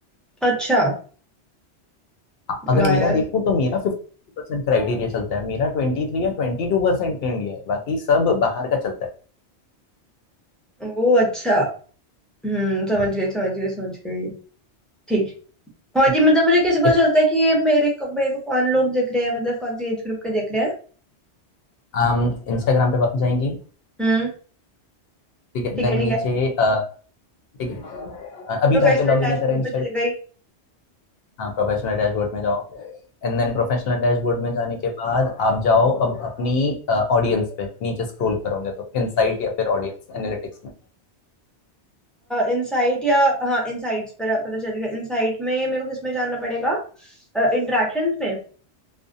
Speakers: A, in the centre; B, on the left.
A: अच्छा
B: अ- अगर
A: वाह
B: मेरा
A: यार
B: देखूं तो मेरा 50% क्राइटेरिया चलता है मेरा 23 या 22% इंडिया है बाकी सब बाहर का चलता है
A: ओ अच्छा हम्म समझ
B: हाँ,
A: गई समझ गई समझ गई ठीक और
B: ठीक
A: ये मतलब मुझे कैसे पता
B: है
A: चलता है कि ये मेरे को मेरे को कौन लोग देख रहे हैं मतलब कौन से एज ग्रुप के देख रहे हैं
B: हम इंस्टाग्राम पे जाएंगी
A: हम्म
B: ठीक है
A: ठीक
B: देन
A: है
B: नीचे
A: ठीक है
B: अ, ठीक है अ, अभी
A: प्रोफेशनल
B: काय पे लॉग इन
A: डैशबोर्ड
B: है तेरा इंस्टाग्राम
A: पे चली गई
B: हाँ प्रोफेशनल डैशबोर्ड में जाओ एंड देन प्रोफेशनल डैशबोर्ड में जाने के बाद आप जाओ अब अपनी ऑडियंस uh, पे नीचे स्क्रॉल करोगे तो इनसाइट या फिर ऑडियंस एनालिटिक्स में
A: इनसाइट या हाँ इनसाइट्स पर पता चल गया इनसाइट में मेरे को किस में जाना पड़ेगा इंटरेक्शंस में